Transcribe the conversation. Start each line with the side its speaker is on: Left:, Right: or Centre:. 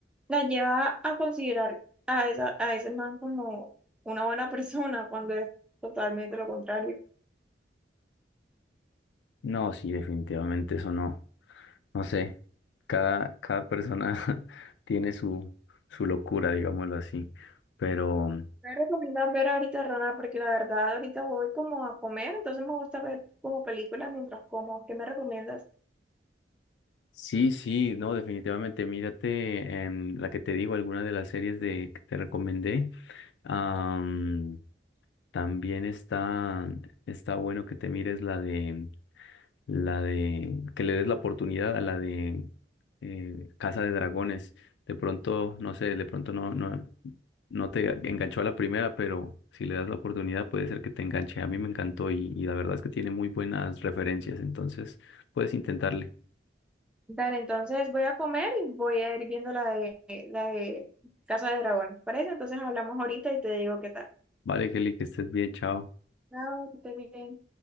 Centre: la lleva a considerar a, esa, a ese man como una buena <laughs> persona cuando es totalmente lo contrario.
Left: No, sí, definitivamente eso no, no sé. Cada, cada persona <laughs> tiene su, su locura, digámoslo así. Pero
Centre: Me recomiendas ver ahorita, Ronald, porque la verdad ahorita voy como a comer, entonces me gusta ver como películas mientras como. ¿Qué me recomiendas?
Left: Sí, sí, no, definitivamente. Mírate em, la que te digo, alguna de las series de, que te recomendé. Am, también está, está bueno que te mires la de, la de, que le des la oportunidad a la de eh, Casa de Dragones. De pronto, no sé, de pronto no, no, no te enganchó a la primera, pero si le das la oportunidad puede ser que te enganche. A mí me encantó y, y la verdad es que tiene muy buenas referencias, entonces puedes intentarle.
Centre: Dale, entonces voy a comer y voy a ir viendo la de, la de Casa de Dragones, ¿te parece? Entonces hablamos ahorita y te digo qué tal.
Left: Vale, Kelly, que estés bien, chao.
Centre: Chao, que estés bien.